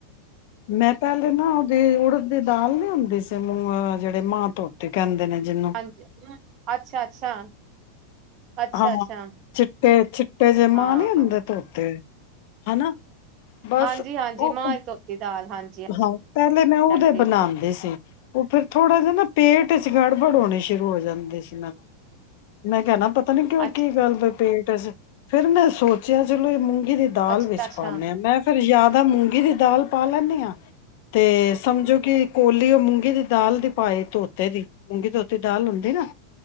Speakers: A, on the left; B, on the right.
A: ਮੈਂ ਪਲੇ ਨਾ ਉਹਦੇ ਕੁੜ ਦੀ ਦਾਲ ਨੀ ਹੁੰਦੀ ਸੀ ਮੂੰਹ ਜਿਹੜੇ ਮਾਂ ਧੋਤੀ ਕਹਿੰਦੇ ਨੇ ਜਿਨੂੰ
B: ਹਾਂਜੀ ਅੱਛਾ ਅੱਛਾ ਅੱਛਾ
A: ਹਾਂ
B: ਅੱਛਾ।
A: ਚਿੱਟੇ ਚਿੱਟੇ ਜਿੇ ਮਾਂ
B: ਹਾਂ
A: ਨੀ ਹੁੰਦੇ ਤੋਤੇ ਹਨਾ ਬਸ
B: ਹਾਂਜੀ ਹਾਂਜੀ
A: ਉਹ
B: ਮਾਂਹ ਧੋਤੀ ਦਾਲ ਹਾਂਜੀ
A: ਹਾਂ ਪਹਿਲੇ ਮੈਂ ਉਹਦੇ
B: ਹਾਂਜੀ
A: ਬਣਾਉਂਦੀ ਸੀ ਉਹ ਫੇਿਰ ਥੋੜਾ ਜਿ ਨਾ ਪੇਟ ਚ ਗੜਬੜ ਹੋਣੀ ਸ਼ੁਰੂ ਹੋ ਜਾਂਦੀ ਸੀ ਮੈਨੂੰ ਮੈਂ ਕਹਿਣਾ ਪਤਾ ਪਤਾ ਨਹੀਂ ਕਿਉਂ
B: ਅੱਛ
A: ਕੀ ਗੱਲ ਬ ਪੇਟ ਫੇਿਰ ਮੈਂ ਸੋਚਿਆ ਚਲੋ ਇਹ ਮੂੰ ਦੀ ਦਾਲ
B: ਅੱਛਾ
A: ਵਿੱਚ
B: ਅੱਛਾ।
A: ਪਾਉਂੇ ਹਾਂ ਮੈਂ ਫੇਿਰ ਯਾਦ ਾਂ ਮੂੰਗੀ ਦੀ ਦਾਲ ਪਾ ਲੈਂਨਦੇ ਹਾਂ ਤੇ ਸਮਝੋ ਕਿ ਕੋਲੀ ਉਹ ਮੂੰਗੀ ਦੀ ਦਾਲ ਦੀ ਪਏ ਧੋਤੇ ਦੀ ਮੂੰਗੀ ਧੋਤੀ ਦਾਲ ਹੁੰਦੀ ਨਾ